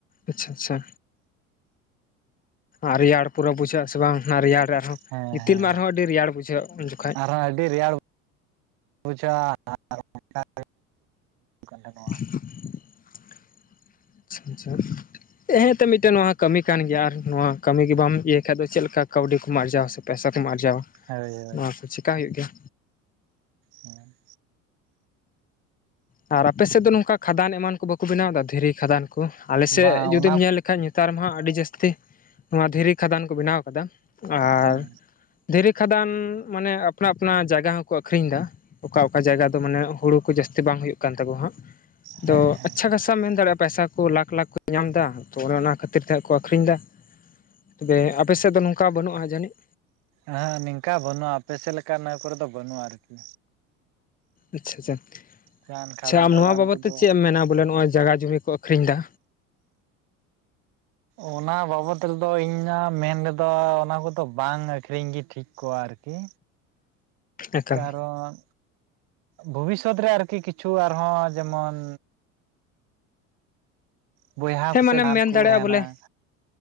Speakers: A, on the left; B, on the right.
A: ᱟᱪᱪᱷᱟ ᱟᱪᱪᱷᱟ ᱟᱨ ᱨᱮᱭᱟᱲ ᱯᱩᱨᱟᱹ ᱵᱩᱡᱷᱟᱹᱜᱼᱟ ᱥᱮ ᱵᱟᱝ ᱚᱱᱟ ᱨᱮᱭᱟᱲ ᱟᱨᱦᱚᱸ
B: ᱦᱮᱸ
A: ᱜᱤᱛᱤᱞ
B: ᱦᱮᱸ
A: ᱢᱟ ᱟᱨᱦᱚᱸ ᱟᱹᱰᱤ ᱨᱮᱭᱟᱲ ᱵᱩᱡᱷᱟᱹᱜ ᱩᱱ ᱡᱚᱠᱷᱚᱡ᱾
B: ᱟᱹᱰᱤ ᱨᱮᱭᱟᱲ ᱵᱩᱡᱷᱟᱹᱣᱼᱟ <unintelligible> ᱠᱟᱱ ᱛᱟᱦᱱᱚᱜᱼᱟ᱾
A: <inaudible> ᱪᱷᱟ ᱟᱪᱪᱷᱟ ᱦᱮᱸ ᱮᱛᱮᱜ ᱢᱤᱫᱴᱮᱱ ᱱᱚᱣᱟ ᱦᱚᱸ ᱠᱟᱹᱢᱤ ᱠᱟᱱ ᱜᱮᱭᱟ, ᱟᱨ ᱱᱚᱣᱟ ᱠᱟᱹᱢᱤ ᱜᱮ ᱵᱟᱢ ᱤᱭᱟᱹᱭ ᱠᱷᱟᱡ ᱫᱚ ᱪᱮᱫ ᱞᱮᱠᱟ ᱠᱟᱹᱣᱰᱤ ᱠᱚᱢ ᱟᱨᱡᱟᱣ ᱥᱮ ᱯᱚᱭᱥᱟᱠᱢ ᱟᱨᱡᱟᱣᱟ,
B: ᱦᱳᱭ ᱦᱳᱭ
A: ᱱᱚᱣᱟ ᱠᱚ ᱪᱮᱠᱟ ᱦᱩᱭᱩᱜ ᱜᱮᱭᱟ᱾
B: ᱦᱮᱸ
A: ᱟᱨ ᱟᱯᱮ ᱥᱮᱫ ᱫᱚ ᱱᱚᱝᱠᱟ ᱠᱷᱟᱫᱟᱱ ᱮᱢᱟᱱ ᱠᱚ ᱵᱟᱠᱚ ᱵᱮᱱᱟᱣᱫᱟ ᱫᱷᱤᱨᱤ ᱠᱷᱟᱫᱟᱱ ᱠᱚ? ᱟᱞᱮᱥᱮᱜ
B: ᱵᱟᱝ
A: ᱡᱩᱫᱤᱢ
B: ᱚᱱᱟ
A: ᱧᱮᱞ ᱠᱷᱟᱡ ᱧᱮᱛᱟᱨ ᱢᱟ ᱦᱟᱸᱜ ᱟᱹᱰᱤ ᱡᱟᱹᱥᱛᱤ ᱱᱚᱣᱟ ᱫᱷᱤᱨᱤ ᱠᱷᱟᱫᱟᱱ ᱠᱚ ᱵᱮᱱᱟᱣ ᱠᱟᱫᱟ ᱟᱨ
B: ᱦᱮᱸ
A: ᱫᱷᱤᱨᱤ ᱠᱷᱟᱫᱟᱱ ᱢᱟᱱᱮ ᱟᱯᱱᱟ ᱟᱯᱱᱟ ᱡᱟᱭᱜᱟ ᱦᱚᱸᱠᱚ ᱟᱹᱠᱷᱨᱤᱧ ᱫᱟ, ᱚᱠᱟ ᱚᱠᱟ ᱡᱟᱭᱜᱟ ᱫᱚ ᱢᱟᱱᱮ ᱦᱩᱲᱩ ᱠᱩ ᱡᱟᱥᱛᱤ ᱵᱟᱝ ᱦᱩᱭᱩᱜ ᱠᱟᱱ ᱛᱟᱠᱚ ᱦᱟᱸᱜ ᱟᱫᱚ
B: ᱦᱮᱸ ᱦᱮᱸ
A: ᱟᱪᱪᱷᱟ ᱜᱟᱥᱟᱢ ᱢᱮᱱᱟᱲᱮᱜᱼᱟ ᱯᱟᱭᱥᱟ ᱠᱚ ᱞᱟᱠᱷ ᱞᱟᱠᱷ ᱠᱚ ᱧᱟᱢᱫᱟ ᱛᱚ ᱚᱱᱮ ᱚᱱᱟ ᱠᱷᱟᱹᱛᱤᱨ ᱛᱮ ᱦᱟᱸᱜ ᱠᱚ ᱟᱠᱷᱨᱤᱧ ᱫᱟ᱾ ᱛᱚᱵᱮ ᱟᱯᱮ ᱥᱮᱫ ᱫᱚ ᱱᱚᱝᱠᱟ ᱵᱟᱹᱱᱩᱜᱼᱟ ᱡᱟᱹᱱᱤᱡ?
B: ᱟᱹᱦᱟᱸᱜ ᱱᱤᱝᱠᱟ ᱵᱟᱹᱱᱩᱜᱼᱟ, ᱟᱯᱮ ᱥᱮᱜ ᱞᱮᱠᱟ ᱱᱟᱹ ᱠᱚᱨᱮ ᱫᱚ ᱵᱟᱹᱱᱩᱜᱼᱟ ᱟᱨᱠᱤ᱾
A: ᱟᱪᱪᱷᱟ ᱟᱪᱪᱷᱟ
B: ᱡᱟᱦᱟᱱ
A: ᱟᱪᱪᱷᱟ
B: ᱠᱷᱟᱫᱟᱱ
A: ᱟᱢ ᱱᱚᱣᱟ
B: ᱴᱟᱫᱟᱱ
A: ᱵᱟᱵᱚᱛ
B: ᱠᱚᱫᱚ
A: ᱛᱮ ᱪᱮᱜ ᱮᱢ ᱢᱮᱱᱟ ᱵᱚᱞᱮ ᱱᱚᱜᱼᱚᱭ ᱡᱟᱜᱟ ᱡᱚᱢᱤ ᱠᱚ ᱟᱹᱠᱷᱨᱤᱧ ᱫᱟ?
B: ᱚᱱᱟ ᱵᱟᱵᱚᱛ ᱨᱮᱫᱚ ᱤᱧᱟᱹᱜ ᱢᱮᱱ ᱨᱮᱫᱚ ᱚᱱᱟ ᱠᱚᱫᱚ ᱵᱟᱝ ᱟᱹᱠᱷᱨᱤᱧᱜᱤ ᱴᱷᱤᱠ ᱠᱚᱜᱼᱟ ᱟᱨᱠᱤ᱾
A: ᱮᱠᱟᱞ
B: ᱠᱟᱨᱚᱱ ᱵᱷᱚᱵᱤᱥᱚᱛ ᱨᱮ ᱟᱨᱠᱤ ᱠᱤᱪᱷᱩ ᱟᱨᱦᱚᱸ ᱡᱮᱢᱚᱱ ᱵᱚᱭᱦᱟ
A: ᱦᱮᱸ
B: ᱠᱚ ᱥᱮ
A: ᱢᱟᱱᱮᱢ
B: ᱡᱟᱦᱟᱱ
A: ᱢᱮᱱ
B: ᱠᱚ
A: ᱫᱟᱲᱮᱜᱼᱟ
B: ᱛᱟᱦᱮᱱᱟ
A: ᱵᱚᱞᱮ